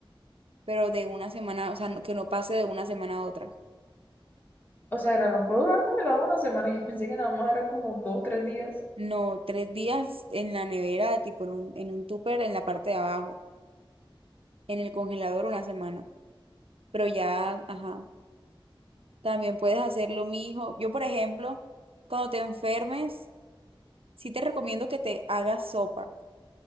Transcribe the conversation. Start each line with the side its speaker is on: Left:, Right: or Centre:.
Right: pero de una semana, o sea, no- que no pase de una semana a otra.
Left: o sea, el arroz puede durar congelado una semana. <laughs> Yo pensé que nada más era como dos, tres días.
Right: No, tres días en la nevera, tipo en un, en un tupper en la parte de abajo, en el congelador una semana. Pero ya, ajá, también puedes hacer lo mismo. Yo, por ejemplo, cuando te enfermes, sí te recomiendo que te hagas sopa